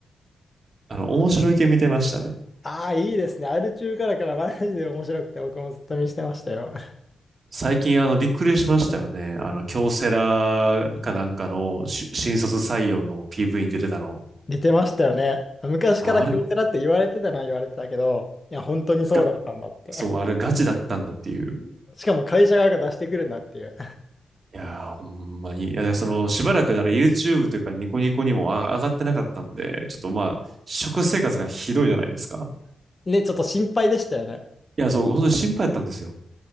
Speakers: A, on the right; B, on the left.
A: あの、面白い系見てましたね。
B: ああ、いいですね。アル中からからマジで面白くて、僕もずっと見してましたよ。
A: 最近、あの、びっくりしましたよね。あの、京セラかなんかのし新卒採用の PV に出てたの。
B: 似てましたよね。昔から京セラって言われてたのは言われてたけど、
A: あれ
B: いや、本当にそうだったんだって。
A: が、そう、あれガチだったんだっていう。
B: <laughs> しかも会社側が出してくるんだっていう。
A: いやー、ほんまに。いや、その、しばらくあれ YouTube というかニコニコにもあ上がってなかったんで、ちょっとまあ、食生活がひどいじゃないですか。
B: ね、ちょっと心配でしたよね。
A: いや、そう、本当に心配だったんですよ。